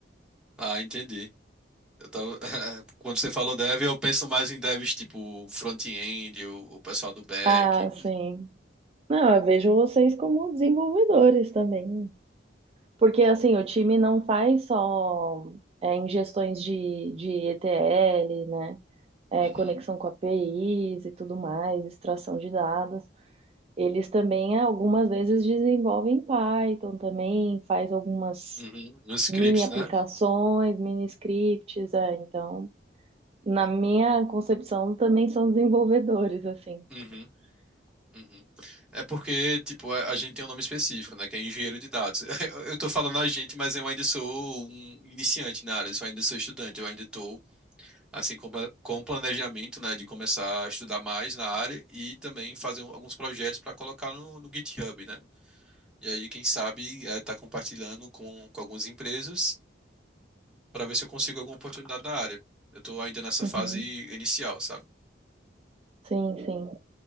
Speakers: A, in the centre; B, on the right.
A: ah, entendi. Eu tava... <laughs> Quando você falou dev, eu penso mais em devs tipo front-end, o, o pessoal do back.
B: Ah, sim. Não, eu vejo vocês como desenvolvedores também. Porque, assim, o time não faz só é, ingestões de, de ETL, né? É,
A: Uhum,
B: conexão com APIs e tudo mais, extração de dados. Eles também algumas vezes desenvolvem Python também, faz algumas
A: uhum. Nos scripts,
B: mini aplicações,
A: né?
B: mini scripts, é, então, na minha concepção, também são desenvolvedores, assim.
A: Uhum, uhum. É porque, tipo, a, a gente tem um nome específico, né? Que é engenheiro de dados. <laughs> Eu, eu tô falando a gente, mas eu ainda sou um iniciante na área, eu ainda sou estudante, eu ainda tô, assim, com, pla- com planejamento, né? De começar a estudar mais na área e também fazer um- alguns projetos para colocar no, no GitHub, né? E aí, quem sabe, está compartilhando com, com algumas empresas para ver se eu consigo alguma oportunidade da área. Eu estou ainda nessa
B: Uhum.
A: fase inicial, sabe?
B: Sim, sim.